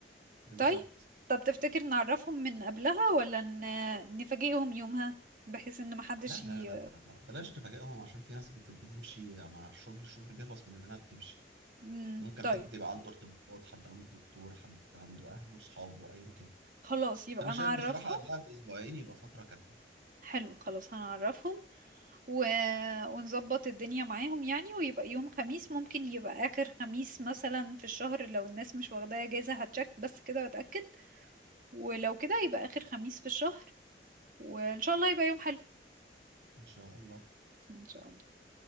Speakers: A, on the right; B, on the right.
A: بالظبط
B: طيب طب تفتكر نعرفهم من قبلها ولا ن- نفاجئهم يومها بحيث ان محدش
A: لا
B: ي...
A: لا لا لا لا بلاش نفاجئهم عشان في ناس بت- بتمشي مع الشغل الشغل بيخلص مننا بتمشي
B: مم،
A: وممكن
B: طيب
A: حد يبقى عنده ارتباطات حد عنده دكتور حد عنده اهله وصحابه ايا كان
B: خلاص يبقى
A: انا شايف
B: نعرفهم
A: بصراحة قبلها باسبوعين يبقى فترة كافية
B: حلو خلاص هنعرفهم و... ونظبط الدنيا معاهم يعني ويبقى يوم خميس ممكن يبقى آخر خميس مثلا في الشهر لو الناس مش واخداه اجازة هتشك بس كده واتأكد ولو كده يبقى آخر خميس في الشهر وإن شاء الله يبقى يوم حلو
A: ان شاء الله
B: إن شاء الله